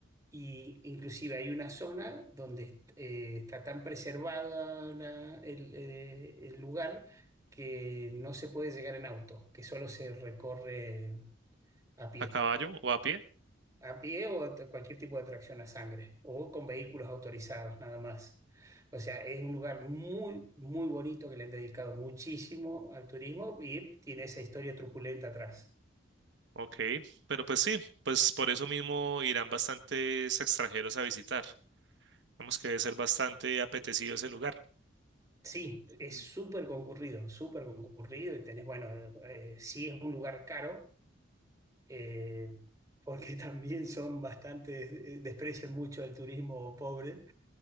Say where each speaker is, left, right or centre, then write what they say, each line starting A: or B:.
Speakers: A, on the right (about 15°); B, on the right (about 60°).
A: Y inclusive hay una zona donde eh, está tan preservada la- el, eh, el lugar que no se puede llegar en auto, que solo se recorre a pie.
B: a caballo o a pie.
A: a pie o a t- cualquier tipo de tracción a sangre o con vehículos autorizados nada más. O sea, es un lugar muy, muy bonito que le han dedicado muchísimo al turismo y tiene esa historia truculenta atrás.
B: Ok, pero pues sí, pues por eso mismo irán bastantes extranjeros a visitar. Vamos que debe ser bastante apetecido ese lugar.
A: Sí, es
B: Mm.
A: súper concurrido, súper concurrido y tenés, bueno, eh, sí es un lugar caro, eh, porque <laughs> también son bastante, eh, desprecian mucho al turismo pobre.